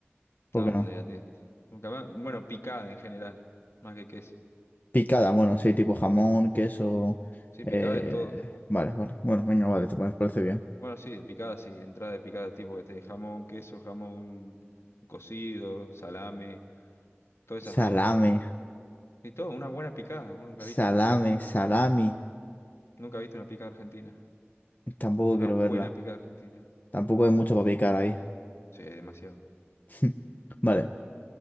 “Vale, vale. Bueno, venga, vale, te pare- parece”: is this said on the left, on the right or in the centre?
Left